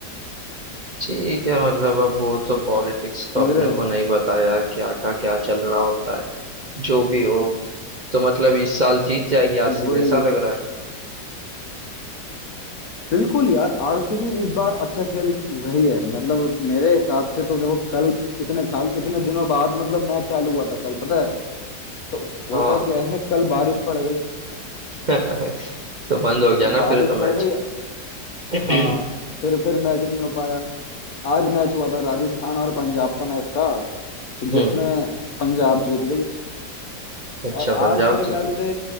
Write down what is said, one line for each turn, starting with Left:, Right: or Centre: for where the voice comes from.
Right: ठीक है मतलब अब वो तो पॉलिटिक्स तो
Left: समझ
Right: अपने
Left: रहे हो
Right: को नहीं पता यार क्या का क्या चल रहा होता है जो भी हो तो मतलब इस साल जीत जाएगी आरसीबी
Left: वही
Right: ऐसा लग रहा है
Left: बिल्कुल यार आरसीबी इस बार अच्छा खेल रही है मतलब मेरे हिसाब से तो देखो कल इतने साल इतने दिनों बाद मतलब मैच चालू हुआ था कल पता है तो होता
Right: हाँ
Left: क्या है कल बारिश पड़ गई
Right: <laughs> तो बंद हो गया ना
Left: बारिश
Right: फिर तो
Left: पड़
Right: मैच
Left: गई
Right: <clears throat> हम्म
Left: हाँ फिर फिर मैच नहीं हो पाया आज मैच हुआ था राजस्थान और पंजाब का मैच था तो जिसमें
Right: हम्म
Left: पंजाब जीत गई
Right: अच्छा
Left: और
Right: पंजाब
Left: आज मेरे ख्याल
Right: जीती
Left: से